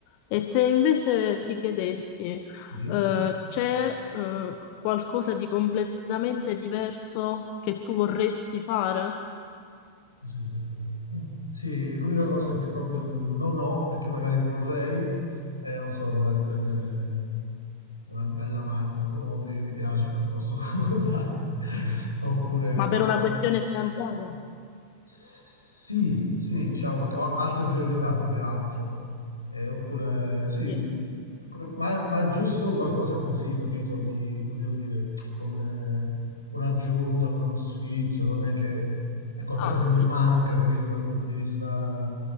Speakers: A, on the left; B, on the left.
A: E se invece ti chiedessi,
B: Sì.
A: eh, c'è, eh, qualcosa di completamente diverso che tu vorresti fare?
B: Così, adesso. Sì, l'unica cosa che proprio non, non ho e che magari vorrei è, non so, magari prendere una bella macchina, automobile che mi piace, che non posso <laughs> comprare, oppure,
A: Ma
B: non
A: per
B: so,
A: una questione finanziaria?
B: Sì, sì, diciamo perché ho altre priorità più che altro. Eh, oppure, sì,
A: Sì.
B: ma, ma è giusto qualcosa così, capito? Di, come devo dire, come un'aggiunta, come uno sfizio, non è che è qualcosa
A: Ah,
B: che mi
A: sì.
B: manca, capito? Dal punto di vista,